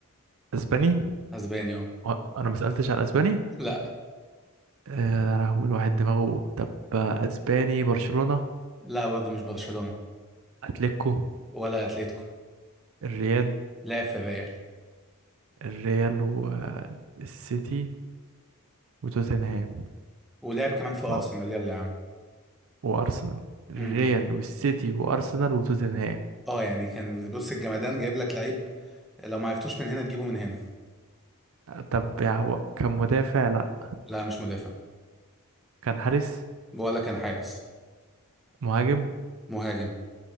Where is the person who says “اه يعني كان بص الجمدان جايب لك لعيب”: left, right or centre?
Centre